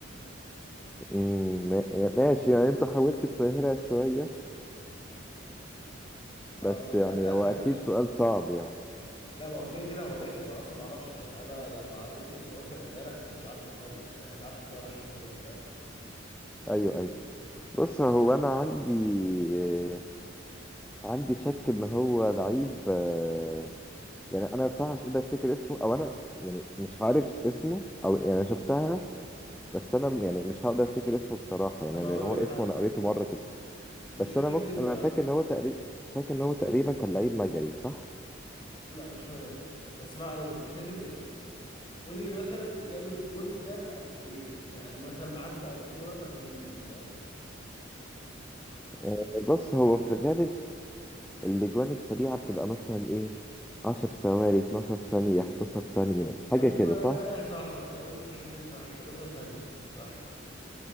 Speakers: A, in the centre; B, on the left.
A: مم. ما- ماشي يعني انت حاولت تسهلها شوية
B: اه
A: بس
B: يعني
A: يعني
B: قبل 2010
A: هو اكيد سؤال صعب يعني
B: لا ما هو كده كده هو رخم انا اصلا ما اعرفش مين. يعني انا لما قريت اسمه اصلا امبارح ما كنتش عارفه خالص يعني لسه عارفه امبارح حرفيا فاهم
A: ايوه ايوه بص هو انا عندي آه، عندي شك ان هو لعيب آه، يعني انا بصراحة مش قادر افتكر اسمه او انا يعني مش عارف اسمه او يعني شفتها بس انا يعني مش هقدر افتكر اسمه بصراحة يعني
B: طب
A: لان
B: هقول
A: هو
B: لك
A: اسمه
B: حاجه
A: انا قريته مرة كده
B: مش
A: بس
B: لازم
A: انا ممكن
B: اسمه
A: انا
B: يا
A: فاكر
B: عم
A: ان هو تقريبا فاكر ان هو تقريبا كان لعيب مجري صح
B: لا مش مجاني بس ما علينا مش لازم اسمه قول لي مثلا جاب الجون ده في قد ايه يعني مثلا عدى قد ايه من الوقت عشان يجيبه فاهم
A: آه، بص هو في الغالب الاجوان السريعه بتبقى مثلا ايه 10 ثواني 12 ثانيه 11 ثانيه حاجه
B: ايوه
A: كده صح
B: صح انت قلت الحته دي صح 11 ثانيه صح